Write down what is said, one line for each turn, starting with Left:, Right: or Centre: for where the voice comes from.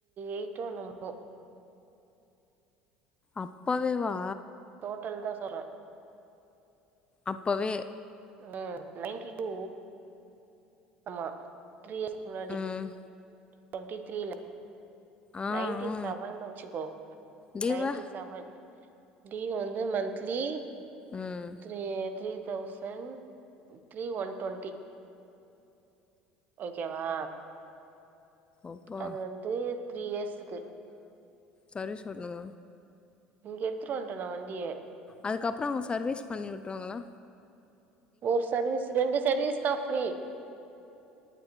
Right: எயிட்டோ என்னமோ
Left: அப்பவே வா
Right: டோட்டல் தா சொறே
Left: அப்பவே
Right: ஆ நைன்டி டூ ஆமா த்ரீ இயர்ஸ்க் முன்னாடி
Left: ம்
Right: டொண்டி த்ரீல
Left: ஆ
Right: நைன்டி
Left: ஆ
Right: செவன்னு வச்சுக்கோ
Left: தீபா
Right: நைன்டி செவன் டீவ் வந்து மன்த்லி
Left: ம்
Right: three three thousand three one twenty ஓகேவா
Left: அப்பா
Right: அது வந்து த்ரீ இயர்ஸ்குக்கு
Left: சரி சொல்லுங்க
Right: இங்க எடுத்துட்டு வன்ட்டே நா வண்டிய
Left: அதுக்கப்புறம் அவங்க சர்வீஸ் பண்ணி வுட்டுவாங்களா
Right: ஒரு சர்வீஸ் ரெண்டு சர்வீஸ் தா த்ரீ